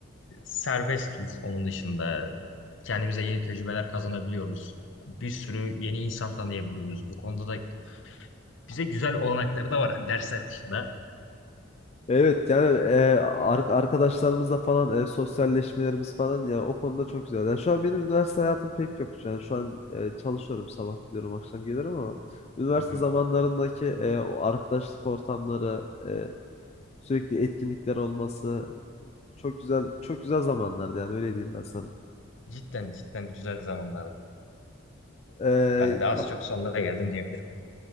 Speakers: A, on the left; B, on the left.
A: serbestiz onun dışında. Kendimize yeni tecrübeler kazanabiliyoruz. Bir sürü yeni insan tanıyabiliyoruz. Bu konuda da bize güzel olanakları da var hani dersler dışında.
B: Evet yani e, ar- arkadaşlarımızla falan e, sosyalleşmelerimiz falan yani o konuda çok güzel. Yani şu an benim üniversite hayatım pek yok. Yani şu an e, çalışıyorum sabah gidiyorum akşam gelirim ama üniversite
A: Hı hı.
B: zamanlarındaki e, o arkadaşlık ortamları e, sürekli etkinlikler olması çok güzel çok güzel zamanlardı yani öyle diyeyim ben sana.
A: Cidden cidden güzel zamanlardı.
B: E,
A: Ben de az
B: ta-
A: çok sonlara geldim diyebilirim.